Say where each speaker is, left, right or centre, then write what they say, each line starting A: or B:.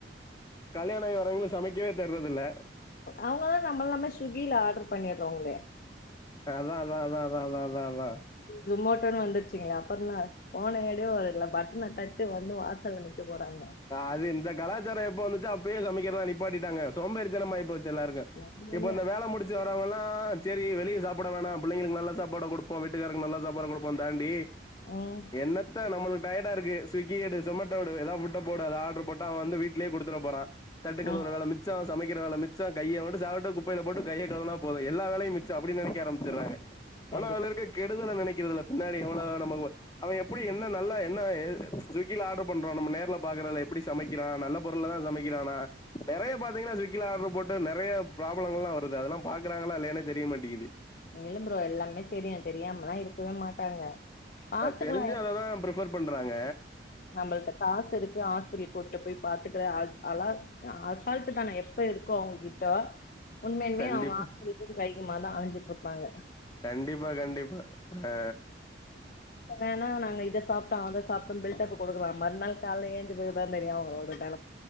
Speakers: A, on the left; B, on the left.
A: கல்யாண ஆயி வரவங்களு சமைக்கவே தெர்றதில்ல
B: அவுங்கதா நம்மல்லாமே ஸ்விக்கில ஆர்டர் பண்ணிடுறோங்ளே
A: அதா அதா அதா அதா அதா அதா அதா
B: ஜூமோட்டோன்னு வந்துருச்சுங்களே அப்பறம் தா ஃபோன எடு ஒரு இதுல பட்டன தட்டு வந்து வாசல்ல நிக்க போறாங்க
A: அது இந்த கலாச்சாரோ எப்போ வந்துச்சோ அப் இப்பயே சமைக்கிறதெல்லா நிப்பாட்டிட்டாங்க சோம்பேரித்தனமாய் போச்சு எல்லாருக்கு
B: ஒண்ணுமே
A: இப்ப இந்த வேல முடுச்சு வரவங்கெல்லா செரி வெளிய சாப்பட வேணா பிள்ளைளுக்கு நல்ல சாப்பாடா குடுப்போம வீட்டுக்காருக்கு நல்லா சாப்பாடு குடுப்போ தாண்டி
B: ம்
A: என்னத்த நம்ளுக்கு டயடா இருக்கு ஸ்விக்கி எடு சொமொட் ட்டா எடு எதாது ஃபிட்ட போடு அத ஆட்ரு போட்டு அவன் வந்து வீட்லயே குடுத்துட போறான் தட்டு கழுவுர
B: ம்
A: வேல மிச்சம் சமைக் க்கிற வேல மிச்சோ கைய வந்து சாப்பட்டு குப்பைல போட்டு கைய கழுவுனா போது எல்லா வேலையு மிச்சோ அப்டி நெனைக்க ஆரம்பச்சிற்றாங்க
B: கண்டிப்பா
A: ஆனா அதுல இருக்க கெட் டத நெனைக்கிறதில்ல பின்னாடி எவ்ளோ நமக்கு அவ எப்டி என்ன நல்லா என்ன ஏது ஸ்விக்கில ஆட்ரு போ பண்றோ நம்ம நேர்ல பாக்றதில்ல எப்படி சமைக்கிறான் நல்ல
B: ம்
A: பொருள தா சமைக்கிறானா நெறைய
B: ம்
A: பாத்தீங்கன்னா ஸ்விக்கில ஆட்ரு போட்டு நெறைய ப்ராப்ளம் எல்லா வருது அதெல்லா பாக்றாங்ளா இல்லையானே தெரிய மாட்டிங்குது
B: இல்ல ப்ரோ எல்லாமே தெரியு தெரியாமலா இருக்கவே மாட்டாங்க பாத்துக்கலா
A: ஆ தெரிஞ்சு
B: என்
A: அததா ப்ரிஃபர் பண்றாங்க
B: நம்மள்ட்ட காசு இருக்கு ஹாஸ்பிட் கூட்டுபோய் பாத்துக்கற அது அலா அசால்ட்டுதன எப்ப இருக்கோ அவங்ககிட்டோ உண்மையலுமே
A: கண்டிப்பா
B: அவுங்க ஆ போனு கைகுமா தா அழஞ்சிட்ருப்பாங்க
A: கண்டிப்பா கண்டிப்பா ஆ
B: வேணானா நாங்க இத சாப்பிட்டோ அத சாப்ட்டோ பில்டப் கொடுக்கலா மறு நாள் கால்ல எழுஞ்சுகிறப்பதான தெரியு அவங்களோட டை